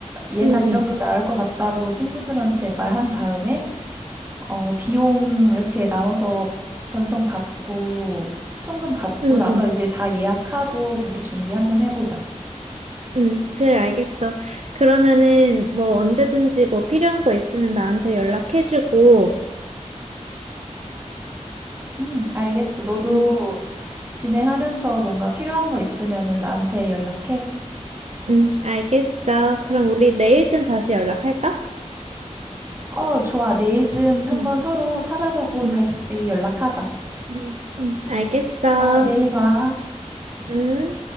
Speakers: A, on the right; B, on the right.
A: 예산
B: 응,
A: 이
B: 응,
A: 정도 나올 것 같다고 친구들한테 말한 다음에, 어, 비용 이렇게 나눠서 전송 받고, 송금 받고
B: 응,
A: 나서
B: 응.
A: 이제 다 예약하고 그렇게 준비 한번 해보자.
B: 응, 그래, 알겠어. 그러면은, 뭐, 언제든지 뭐 필요한 거 있으면 나한테 연락해주고,
A: 응, 알겠어. 너도
B: 응,
A: 진행하면서 뭔가 필요한 거 있으면은 나한테 연락해.
B: 응, 알겠어. 그럼 우리 내일쯤 다시 연락할까?
A: 어, 좋아. 내일쯤 한번
B: 응,
A: 서로 찾아보고
B: 응,
A: 다시 연락하자.
B: 응, 응, 알겠어.
A: 아, 내일 봐.
B: 응.